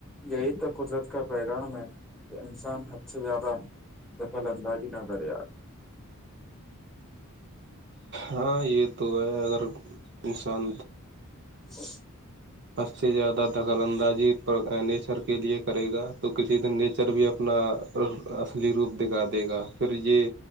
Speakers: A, in the centre; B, on the right.
A: یہی تو قدرت کا پیغام ہے کہ انسان حد سے زیادہ دخل اندازی نہ کر یار <unintelligible>
B: ہاں یہ تو ہے اگر انسان
A: ج <unintelligible>
B: سب سے زیادہ دخل اندازی نیچر کے لیے کرے گا تو کسی دن نیچر بھی اپنا اصلی روپ دکھا دے گا پھر یہ